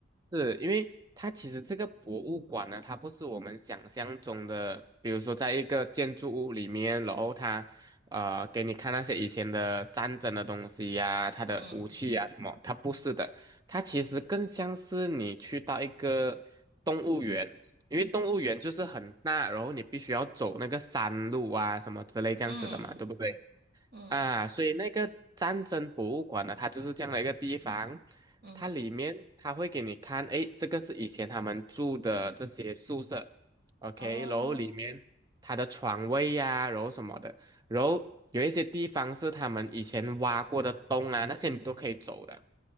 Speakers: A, on the right; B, on the right.
A: 是因为它其实这个博物馆呢，它不是我们想象中的，比如说在一个建筑物里面，然后它呃给你看那些以前的战争的东西呀、它的武器呀、
B: 嗯
A: 什么，它不是的，它其实更像是你去到一个动物园，因为动物园就是很大，然后你必须要走那个山路啊什么之类这样子的嘛，
B: 嗯
A: 对不对？
B: 嗯
A: 啊，所以那个战争博物馆呢，它就是这样的一个地方，
B: 嗯，
A: 它里面它会给你看，诶，这个是以前他们住的这些宿舍，OK，
B: 哦，
A: 然后里面它的床位呀、然后什么的，然后有一些地方是他们以前挖过的洞啊，那些你都可以走的。